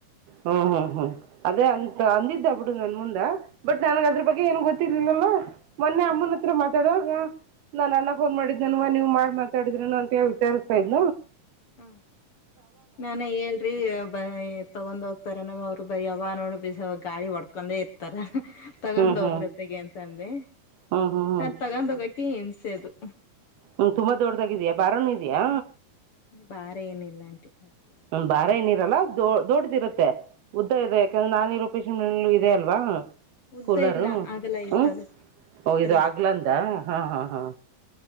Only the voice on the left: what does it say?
ಹ್ಮ ನಾನೇ ಹಳ್ ೀ ತಗೊಂಡ್ ಹೋಗ್ತಾರ ನ ಅವ್ರು ಬೈಯವ ನೋಡ ಬ ಗಾಳಿ ಒಡ್ಕೊಂಡೆ ಇರ್ತಾರ ತಗೊಂಡ
ಹೋಗ್ಲತ್ತಗೆ ಅಂತ ಅಂದೆ
ಅದ ತಗೊಂಡ ಹೋಗಕೆ ಇನ್ಸೆದು
ಬಾರೆ ಏನಿಲ್ಲ ಆಂಟಿ ಅಷ್ಟೇನು
ಭಾರ
ಇಲ್ಲ
ಹ್ಮ್
ಉದ್ದ
ಇಲ್ಲ ಆಗಲ್ಲ ಇತ್ತದು
ಆಗಲ್ಲ